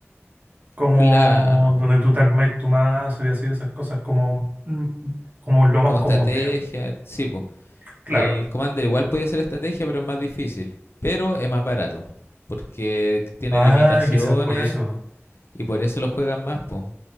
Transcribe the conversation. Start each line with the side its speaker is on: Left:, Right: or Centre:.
Right: como
Left: Claro,
Right: donde tú te armáis tu mazo y así, esas cosas como, mm, como lo
Left: como
Right: más común,
Left: estrategia,
Right: digamos.
Left: sí, pues.
Right: Claro.
Left: Y el Commander igual puede ser estrategia, pero es más difícil. Pero es más barato, porque tiene
Right: Ah,
Left: limitaciones
Right: quizás por eso.
Left: y por eso lo juegan más, po.